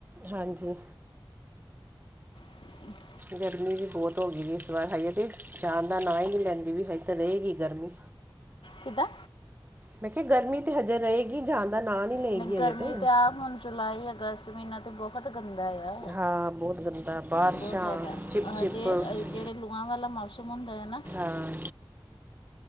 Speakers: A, on the right; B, on the left.
A: ਹਾਂਜੀ,
B: <unintelligible>
A: ਗਰਮੀ ਵੀ ਬਹੁਤ ਹੋ ਗਈ ਵੀ ਇਸ ਵਾਰ ਹਜੇ ਤੇ ਜਾਣ ਦਾ ਨਾਂ ਹੀ ਨਹੀਂ ਲੈਂਦੀ ਵੀ ਹਜੇ ਤਾਂ ਰਹੇਗੀ ਗਰਮੀ
B: ਕਿਦਾਂ?
A: ਮੈਂ ਕਿਹਾ ਗਰਮੀ ਤੇ ਹਜੇਰ ਰਹੇਗੀ ਜਣ ਦਾ ਨਾਂ ਨੀ ਲਏਗੀ
B: ਨਹੀਂ ਗਰਮੀ
A: ਅਜੇ ਤੇ
B: ਆ ਹੁਣ ਜੁਲਾਈ ਅਗਸਤ ਮਹੀਨਾ ਬਹੁਤ ਗੰਦਾ ਆ
A: ਹਾਂ ਬਹੁਤ ਗੰਦਾ ਬਾਰਿਸ਼ਾਂ
B: ਬਹੁਤ ਜ਼ਿਆਦਾ
A: ਚਿਪ ਚਿਪ
B: ਹਜੇ ਜਿਹੜੇ ਲੂਹਾਂ ਵਾਲਾ ਮੌਸਮ ਸੰਬੰਧ ਹੈ ਨਾ
A: ਹਾਂ,